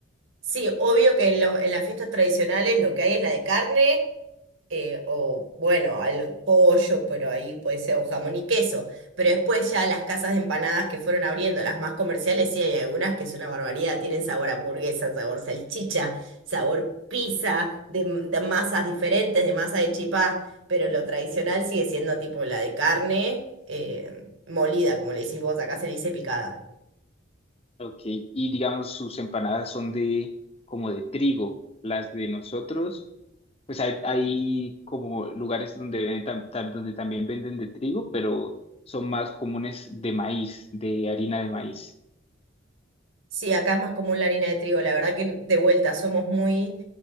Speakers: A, on the right (about 80°); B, on the left (about 30°).
A: Sí, obvio que en, los- en las fiestas tradicionales lo que hay es la de carne eh, o bueno, al pollo, pero ahí puede ser, o jamón y queso. Pero después ya las casas de empanadas que fueron abriendo, las más comerciales, sí hay algunas que es una barbaridad, tienen sabor a hamburguesa, sabor salchicha, sabor pizza, de, m- de masas diferentes, de masa de chipá, pero lo tradicional sigue siendo tipo la de carne, eh, molida, como le decís vos, acá se le dice picada.
B: Ok, y digamos sus empanadas son de como de trigo, las de nosotros, pues hay, hay como lugares donde venden tam- tam- donde también venden de trigo, pero son más comunes de maíz, de harina de maíz.
A: Sí, acá es más común la harina de trigo. La verdad que de vuelta somos muy,